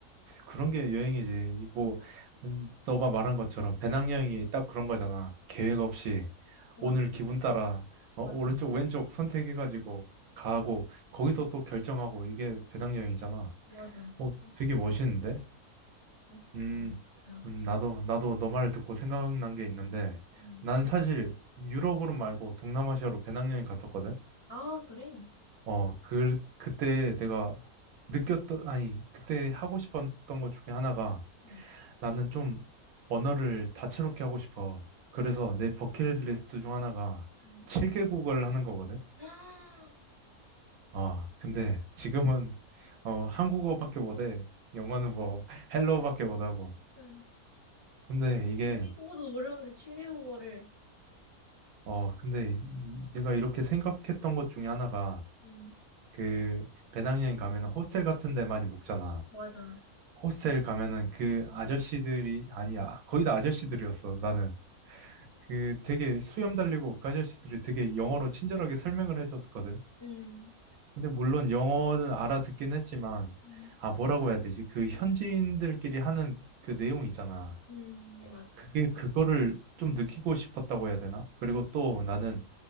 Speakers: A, on the right (about 75°); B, on the left (about 20°).
A: 그런 게 여행이지. 이 뭐,
B: 어
A: 음, 너가 말한 것처럼 배낭여행이 딱 그런 거잖아. 계획 없이
B: 맞아,
A: 오늘 기분 따라 어,
B: 맞아,
A: 오른쪽, 왼쪽 선택해가지고 가고 거기서 또 결정하고 이게 배낭여행이잖아.
B: 맞아.
A: 어,
B: 그,
A: 되게 멋있는데?
B: 멋있지,
A: 음,
B: 진짜.
A: 음, 나도, 나도 너말 듣고 생각난 게 있는데
B: 음.
A: 난 사실 유럽으로 말고 동남아시아로 배낭여행 갔었거든.
B: 아, 그래.
A: 어, 그, 그때 내가 느꼈던, 아니, 그때 하고 싶었던 것 중에 하나가
B: 음.
A: 나는 좀 언어를 다채롭게 하고 싶어. 그래서 내 버킷리스트 중 하나가
B: 음.
A: 7개국어를 하는 거거든.
B: 아,
A: 아, 근데 지금은 <laughs> 어, 한국어밖에 못해. 영어는 뭐 <laughs> 헬로우밖에 못하고.
B: 음.
A: 근데 이게,
B: 2개국어도 <laughs> 어려운데 7개국어를.
A: 어, 근데 내가 이렇게 생각했던 것 중에 하나가
B: 음,
A: 그 배낭여행 가면 은 호스텔 같은 데 많이 묵잖아.
B: 맞아.
A: 호스텔 가면은 그 아저씨들이 아니야 거의 다 아저씨들이었어 나는 그 되게 수염 달리고 그 아저씨들이 되게 영어로 친절하게 설명을 해줬거든
B: 음,
A: 근데 물론 영어는 알아듣긴 했지만
B: 음,
A: 아 뭐라고 해야 되지 그 현지인들끼리 하는 그 내용 있잖아
B: 음, 맞아.
A: 그게 그거를 좀 느끼고 싶었다고 해야 되나 그리고 또 나는